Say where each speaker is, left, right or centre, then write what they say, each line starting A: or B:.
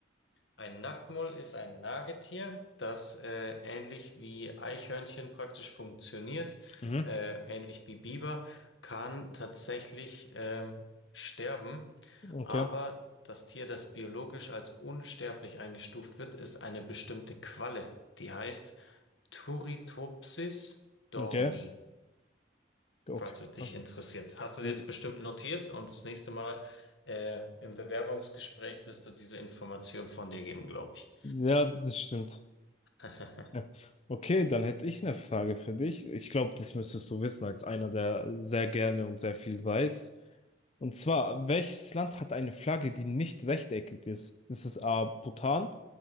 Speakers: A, on the left; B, on the left.
A: Ein Nacktmull ist ein Nagetier, das äh, ähnlich wie Eichhörnchen praktisch funktioniert,
B: Mhm.
A: äh, ähnlich wie Biber, kann tatsächlich ähm, sterben.
B: Okay.
A: Aber das Tier, das biologisch als unsterblich eingestuft wird, ist eine bestimmte Qualle. Die heißt Turritopsis dorni.
B: Okay. Okay.
A: falls es dich
B: Krass.
A: interessiert. Hast du jetzt
B: <laughs>
A: bestimmt notiert und das nächste Mal äh, im Bewerbungsgespräch wirst du diese Information von dir geben, glaube ich.
B: Ja, das stimmt.
A: <laughs>
B: Ja, Okay, dann hätte ich eine Frage für dich. Ich glaube, das müsstest du wissen, als einer, der sehr gerne und sehr viel weiß. Und zwar, welches Land hat eine Flagge, die nicht rechteckig ist? Ist es A. Bhutan,